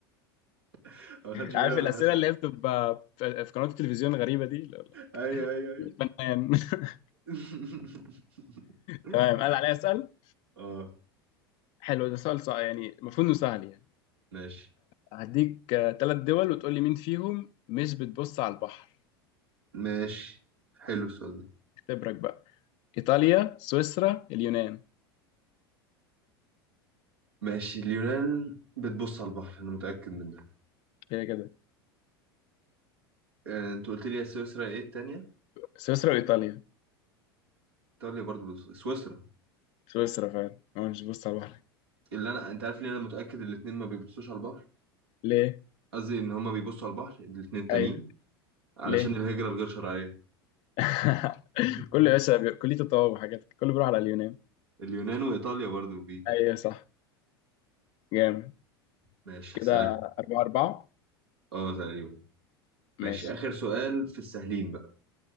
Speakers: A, on the right; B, on the left.
A: <laughs> ما خدش بالي
B: عارف
A: وانا
B: الأسئلة
A: بسأل
B: اللي هي بتبقى في في قنوات التلفزيون الغريبة دي اللي هو
A: ايوه
B: like
A: ايوه ايوه
B: فنان <laughs>
A: <laughs>
B: تمام قال عليا أسأل
A: اه
B: حلو ده سؤال صعب يعني المفروض إنه سهل يعني
A: ماشي
B: هديك ثلاث دول وتقول لي مين فيهم مش بتبص على البحر
A: ماشي حلو السؤال ده
B: اختبرك بقى إيطاليا سويسرا اليونان
A: ماشي اليونان بتبص على البحر انا متأكد من ده
B: كده كده
A: آه، انت قلت لي يا سويسرا ايه التانية
B: سويسرا وإيطاليا
A: ايطاليا برضو بتبص سويسرا
B: سويسرا فعلا هو مش بتبص على البحر
A: اللي انا انت عارف ليه انا متأكد الاتنين ما بيبصوش على البحر
B: ليه؟
A: قصدي ان هما بيبصوا على البحر الاتنين التانيين
B: أيوه
A: علشان
B: ليه؟
A: الهجرة الغير شرعية
B: <laughs>
A: <laughs>
B: كله يا باشا كلية الطواب وحاجات كله بيروح على اليونان
A: اليونان وايطاليا برضو بي
B: ايوه صح جامد
A: ماشي
B: كده
A: سلام
B: أربعة أربعة
A: اه تقريبا ماشي
B: ماشي
A: اخر سؤال في السهلين بقى